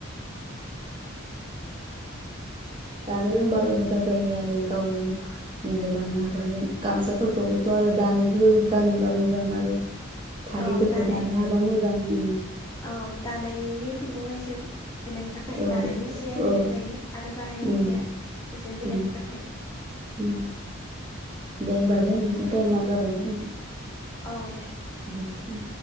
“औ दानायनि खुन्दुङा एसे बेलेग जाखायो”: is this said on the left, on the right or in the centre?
Left